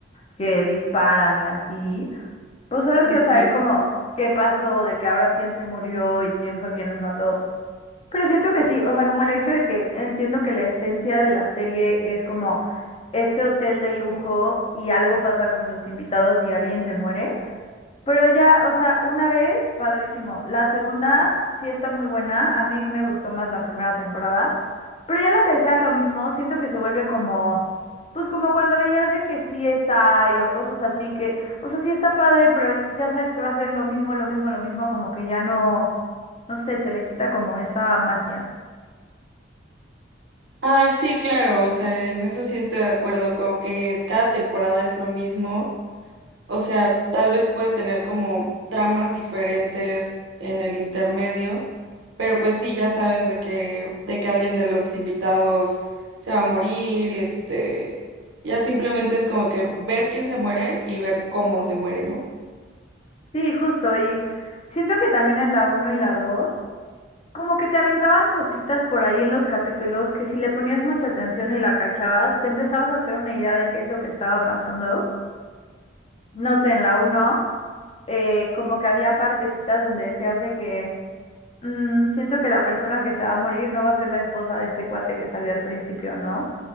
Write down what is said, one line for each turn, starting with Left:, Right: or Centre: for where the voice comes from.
Left: que disparan y así. Pues solo
Right: Ok.
Left: quiero saber como qué pasó, de que ahora quién se murió y quién fue quien los mató. Pero siento que sí, o sea, como el hecho de que entiendo que la esencia de la serie es como este hotel de lujo y algo pasa con los invitados y alguien se muere. Pero ya, o sea, una vez, padrísimo. La segunda sí está muy buena. A mí me gustó más la primera temporada. Pero ya la tercera lo mismo. Siento que se vuelve como, pues como cuando veías de que sí es hay o cosas así que, o sea, sí está padre, pero ya sabes que va a ser lo mismo, lo mismo, lo mismo, como que ya no, no sé, se le quita como esa magia.
Right: Ah, sí, claro, o sea, en eso sí estoy de acuerdo, como que cada temporada es lo mismo O sea, tal vez puede tener como tramas diferentes en el intermedio, pero pues sí, ya sabes de que, de que alguien de los invitados se va a morir y este, ya simplemente es como que ver quién se muere y ver cómo se muere, ¿no?
Left: Sí, justo. Y siento que también en la uno y la 2. Como que te aventaban cositas por ahí en los capítulos que si le ponías mucha atención y la cachabas, te empezabas a hacer una idea de qué es lo que estaba pasando. No sé, en la uno eh, como que había partecitas donde decías de que "Mm, siento que la persona que se va a morir no va a ser la esposa de este cuate que salió al principio, ¿no?